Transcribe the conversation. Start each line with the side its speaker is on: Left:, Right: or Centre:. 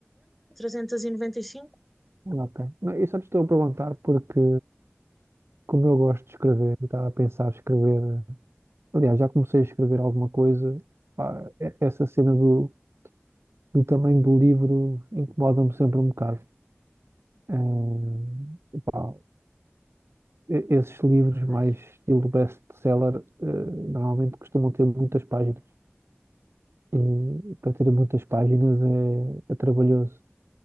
Centre: 390, 395.
Right: Ok. Não, eu só te estou a perguntar porque, como eu gosto de escrever, eu estava a pensar em escrever. Aliás, já comecei a escrever alguma coisa. Pá, e- essa cena do, do tamanho do livro incomoda-me sempre um bocado. Eh, pá, e- esses livros mais
Centre: Pois.
Right: estilo best-seller, eh, normalmente costumam ter muitas páginas. E para ter muitas páginas é, é trabalhoso.